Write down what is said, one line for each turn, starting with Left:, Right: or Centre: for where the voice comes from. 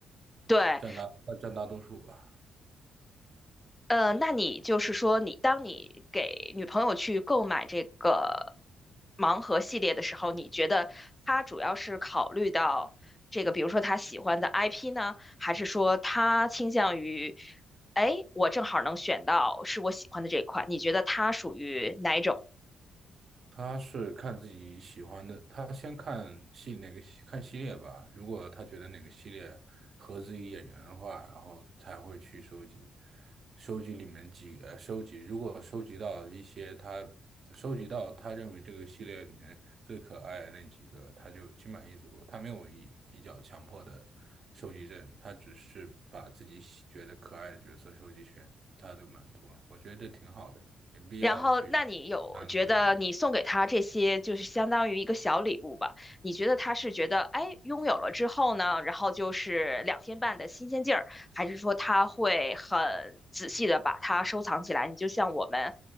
Left: 对，
Right: 占大占大多数吧。
Left: 呃，那你就是说，你当你给女朋友去购买这个盲盒系列的时候，你觉得她主要是考虑到这个，比如说她喜欢的 IP 呢，还是说她倾向于，哎，我正好能选到是我喜欢的这一款？你觉得她属于哪一种？
Right: 他是看自己喜欢的，他先看系哪个系看系列吧。如果他觉得哪个系列合自己眼缘的话，然后才会去收集，收集里面几呃收集。如果收集到一些他收集到他认为这个系列里面最可爱的那几个，他就心满意足。他没有一比较强迫的收集症，他只是把自己喜觉得可爱的角色收集全，他就满足了。我觉得这挺好的，没必要去
Left: 然后，那你有觉得你送给他这些，
Right: 贪太多。
Left: 就是相当于一个小礼物吧？你觉得他是觉得，哎，拥有了之后呢，然后就是两天半的新鲜劲儿，还是说他会很仔细的把它收藏起来？你就像我们，